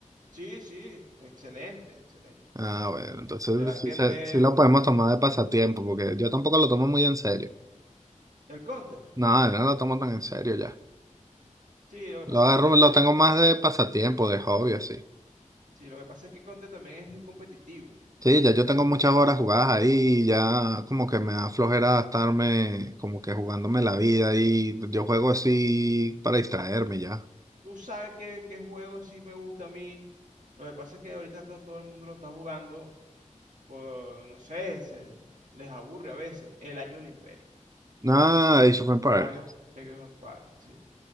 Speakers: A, on the right; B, on the right.
A: Sí, sí, excelente, excelente.
B: Ah, bueno, entonces
A: ¿Verdad
B: sí,
A: que
B: se-
A: fue
B: sí lo podemos tomar de pasatiempo, porque yo tampoco lo tomo muy en serio.
A: el Counter?
B: No, yo no lo tomo tan en serio ya.
A: Sí, lo que
B: Lo
A: pasa es
B: agarro,
A: que a ti te aburrió.
B: lo tengo más de pasatiempo, de hobby, así.
A: Sí, lo que pasa es que Counter también es muy competitivo.
B: Sí, ya yo tengo muchas horas jugadas ahí, ya como que me da flojera estarme como que jugándome la vida y yo juego así para distraerme ya.
A: Tú sabes qué, qué juego sí me gusta a mí. Lo que pasa es que ahorita no todo el mundo lo está jugando. Pues no sé, se- les aburre a veces. El año del Imperio.
B: Ah, Age of Empires.
A: Ah, que, Age of Empires, sí.